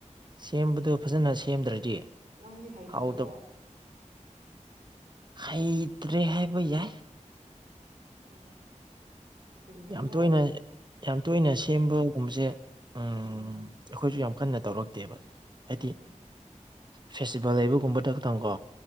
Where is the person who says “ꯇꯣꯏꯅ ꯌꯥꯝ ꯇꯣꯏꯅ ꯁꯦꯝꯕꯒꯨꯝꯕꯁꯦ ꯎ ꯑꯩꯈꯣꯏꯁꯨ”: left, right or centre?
Right